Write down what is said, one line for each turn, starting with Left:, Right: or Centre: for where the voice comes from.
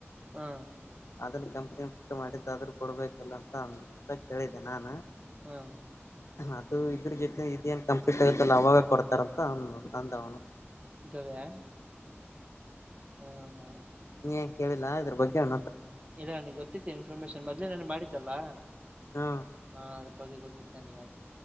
Right: ಹಾ
Left: ಅದನ್ನು ಕಂ ಮಾಡಿದ್ದಾದ್ರೂ ಕೊಡ್ಬೇಕಲ್ಲ ಅಂತ ಅಂತ ಕೇಳಿದೆೆ ನಾನು
Right: ಹಾ
Left: ಅದು ಇದ್ರ ಜೊತೆ ಇದೇನ್ ಕಂಪ್ಲೀಟ್ ಆಗುತ್ತಲ್ಲ ಅವಾಗ ಕೊಡ್ತ ಕರ ಆನಂತಾಂತ ಆಾವನ
Right: ಗವ್ಯಾ ಹ್ಮ ಹಾ
Left: ನೀ ನ್ ಕೇಳಿಲ್ಲ ಇದ್ರ ಬಗ್ಗೆ ಅವ
Right: ಇಲ್ಲ ನನಗ್ ಗೊತ್ತತ್ತೀನಿ ಇನ್ಫಾರ್ಮೇಶನ್ ಮದ್ಲೇ ನಾನು ಮಾಡಿದ್ದಲ್ಲ
Left: ಹ್ಮ್
Right: ಹ ಆದ್ರೆ ಬಗ್ಗೆ ಗೊತ್ತಿತ್ತಾನಗೆ